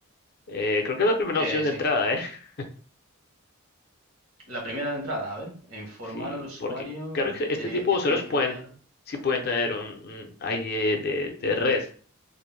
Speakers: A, on the left; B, on the right.
A: Eh, creo que es la primera
B: Eh,
A: opción
B: sí.
A: de entrada, ¿eh? <laughs>
B: La primera de entrada, a ver, informar
A: Sí,
B: al usuario
A: porque creo
B: de
A: que este tipo
B: que
A: de usuarios
B: tiene
A: pueden,
B: que enviar.
A: sí pueden tener un, un ID de, de red.